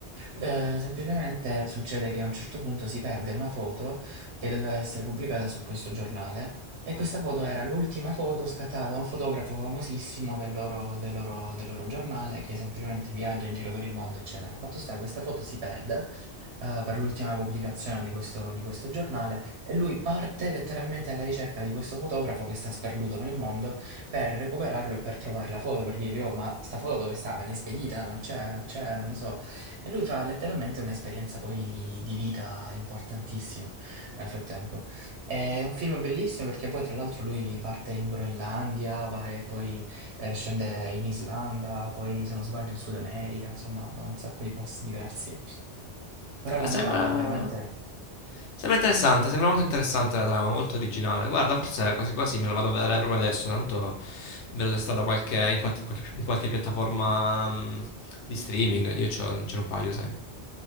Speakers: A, on the right; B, on the left.
A: Eh, semplicemente succede che a un certo punto si perde una foto che doveva essere pubblicata su questo giornale. E questa foto era l'ultima foto scattata da un fotografo famosissimo del loro, del loro- del loro giornale che semplicemente viaggia in giro per il mondo, eccetera. Fatto sta che questa foto si perde eh, per l'ultima pubblicazione di questo, di questo giornale e lui parte letteralmente alla ricerca di questo fotografo che sta sperduto nel mondo per recuperarlo e per trovare la foto, per dirgli, oh, ma sta foto dove sta? Me l'hai spedita? Non c'è, c'è, non lo so. E lui fa letteralmente un'esperienza poi di di vita importantissima nel frattempo. È un film bellissimo perché poi tra l'altro lui parte in Groenlandia, va e poi eh, scende in Islanda, poi se non sbaglio in Sud America, insomma va un sacco di posti diversi. Però
B: Allora,
A: la
B: sembra...
A: morale è veramente...
B: Sembra interessante, sembra molto interessante la trama, molto originale. Guarda, forse quasi quasi me la vado a vedere proprio adesso, tanto vedo se sta da qualche, in, qualche, in qualche piattaforma mm, di streaming, io c'ho, ce n'ho un paio, sai.